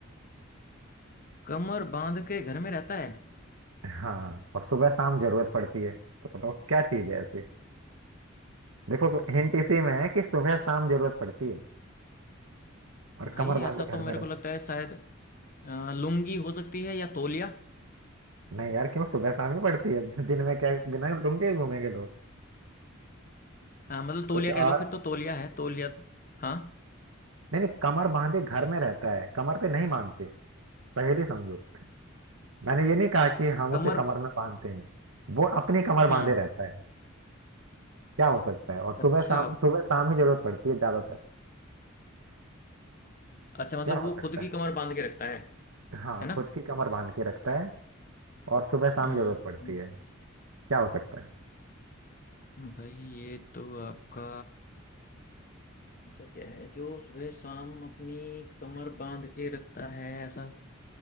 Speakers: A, on the left; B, on the right.
A: कमर बांध के घर में रहता है
B: हाँ और सुबह शाम जरूरत पड़ती है तो बताओ क्या चीज़ है ऐसी देखो हिंट इसी में है कि सुबह शाम जरूरत पड़ती है और
A: भाई
B: कमर बांधे
A: ऐसा तो
B: घर
A: मेरे
B: में रहते
A: को लगता है शायद अ, लुंगी हो सकती है या तौलिया
B: नहीं यार क्यों सुबह शाम ही पड़ती है <laughs> दिन में क्या बिना लुंगे ही घूमेंगे लोग
A: अ, मतलब तौलिया
B: कुछ
A: कह
B: और
A: लो फिर तो तौलिया है तौलिया हाँ
B: नहीं नहीं कमर बांधे घर में रहता है कमर पे नहीं बांधते पहेली समझो मैंने ये नहीं कहा कि हम
A: कमर
B: उसे कमर में बांधते हैं वो अपनी कमर
A: हम्म
B: बांधे रहता है क्या हो सकता है और सुबह
A: अच्छा
B: शाम सुबह शाम ही जरूरत पड़ती है ज्यादातर
A: अच्छा मतलब
B: क्या
A: वो
B: हो सकता
A: खुद की
B: है
A: कमर बांध के रखता है
B: हाँ
A: है ना
B: खुद की कमर बांध के रखता है और सुबह शाम
A: हम्म
B: जरूरत
A: हम्म,
B: पड़ती है क्या हो सकता है
A: भाई ये तो आपका ऐसा क्या है जो सुबह शाम अपनी कमर बांध के रखता है ऐसा